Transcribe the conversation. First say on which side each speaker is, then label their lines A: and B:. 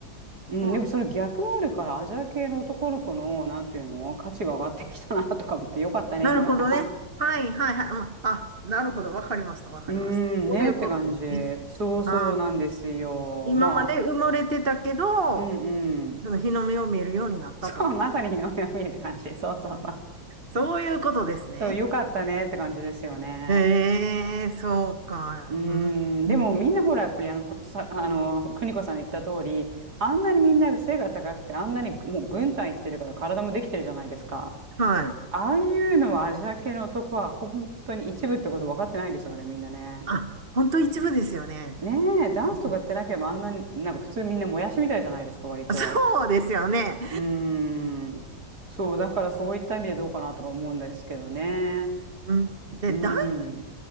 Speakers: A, on the right; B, on the right.
A: うん、でもその逆はあるから、
B: あ、
A: アジア系の男の子の、なんていうの、価値が上がってきたなとか思ってよかったね、
B: なるほどね。
A: みたいな。
B: はいはいはい。うんあ、なるほど。わかりました。わかりました。
A: うーん、
B: そういうことですね。
A: ねって感じ。そうそうなんですよ。
B: あー、今まで埋もれてたけど、
A: まあ、うんうん。
B: その日の目を見えるようになったと。
A: <laughs> そう、まさに日の目を見るって感じ。そうそうそう。
B: そういうことですね。
A: そう、よかったねって感じですよね。
B: ええ、そうか。
A: うー
B: うん、
A: ん、でもみんなほら、やっぱりあの、ほんとさ、あの、邦子さんの言った通り、あんなにみんなが背が高くて、あんなにもう軍隊行ってるから体もできてるじゃないですか。
B: はい。
A: ああいうのはアジア系の男は本当に一部ってこと分かってないですよね、みんなね。
B: あ、本当一部ですよね。
A: ねえ、ダンスとかやってなければあんなに、
B: うん
A: なんか普通みんなもやしみたいじゃないですか、割と。
B: そうですよね。
A: うーん。そう、だからそういった意味でどうかなとか思うんですけどね。
B: うん、で、
A: うーん。
B: だい